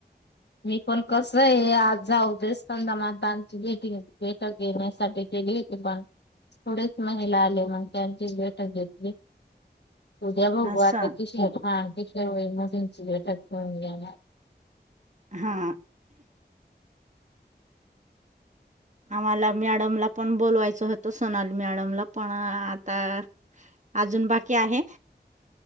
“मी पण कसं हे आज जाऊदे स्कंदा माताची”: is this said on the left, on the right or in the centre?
Left